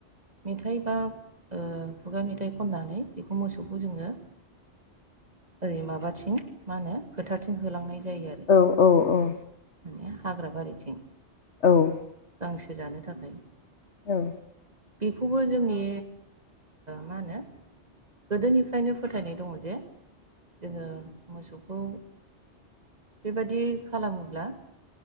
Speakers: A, on the right; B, on the left.
A: मेथाइ बा ओ खुगा मेथाइ खननानै बेखौ मोसौखौ जोङो ओरै माबाथिं मा होनो फोथारथिं होलांनाय जायो आरो
B: औ औ औ
A: माने हाग्रा बारिथिं
B: औ
A: गांसो जानो थाखाय
B: औ
A: बेखौबो जोंनि मा होनो गोदोनिफ्रायनो फोथायनाय दंङ जे जोंङो मोसौखौ बेबादि खालामोब्ला